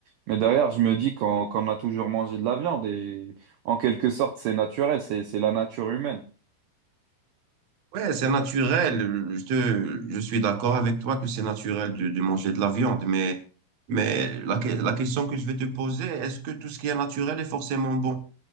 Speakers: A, on the right; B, on the right.
A: mais derrière, je me dis qu'on, qu'on a toujours mangé de la viande et en quelque sorte, c'est naturel, c'est, c'est la nature humaine.
B: Ouais, c'est naturel. euh, Je te- je suis d'accord avec toi que c'est naturel de, de manger de la viande, mais, mais la, que- la question que je vais te poser, est-ce que tout ce qui est naturel est forcément bon?